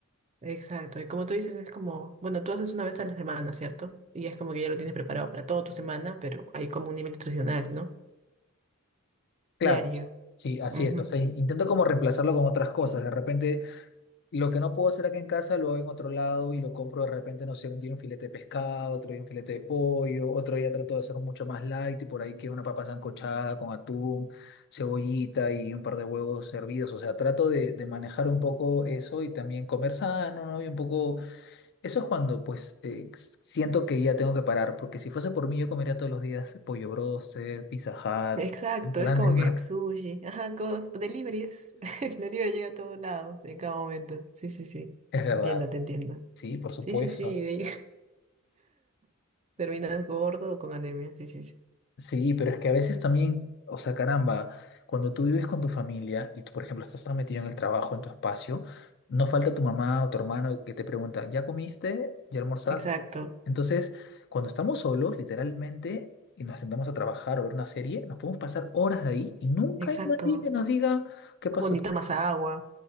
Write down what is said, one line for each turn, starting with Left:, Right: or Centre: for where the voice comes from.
Right: Exacto, y como tú dices, es como, bueno, tú haces una vez a la semana, ¿cierto? Y es como que ya lo tienes preparado para toda tu semana, pero hay como un nivel nutricional, ¿no?
Left: Claro,
Right: Diario.
Left: sí, así
Right: Ujú.
Left: es, o sea, in- intento como reemplazarlo con otras cosas, de repente lo que no puedo hacer acá en casa lo hago en otro lado y lo compro de repente, no sé, un día un filete de pescado, otro día un filete de pollo, otro día trato de hacer mucho más light y por ahí que una papa sancochada con atún, cebollita y un par de huevos hervidos, o sea, trato de, de manejar un poco eso y también comer sano, ¿no? Y un poco Eso es cuando, pues, eh, s- siento que ya tengo que parar, porque si fuese por mí, yo comería todos los días pollo broster, Pizza Hut,
Right: Exacto,
Left: ¿no? grandes
Right: es como
Left: marcas.
Right: que sushi, ajá, co- delivery es, <laughs> el delivery llega a todos lados en cada momento. Sí, sí, sí,
Left: Es verdad,
Right: te entiendo, te entiendo.
Left: sí, por supuesto.
Right: Sí, sí, sí, de- <laughs> terminas gordo o con anemia, sí, sí, sí.
Left: Sí, pero es que a veces también, o sea, caramba, cuando tú vives con tu familia y tú, por ejemplo, estás tan metido en el trabajo, en tu espacio, no falta tu mamá o tu hermano que te pregunta, ¿ya comiste? ¿Ya almorzaste?
Right: Exacto,
Left: Entonces, cuando estamos solos, literalmente, y nos sentamos a trabajar o ver una serie, nos podemos pasar horas de ahí y nunca
Right: exacto.
Left: hay nadie que nos diga, ¿qué pasó?
Right: O ni tomas agua.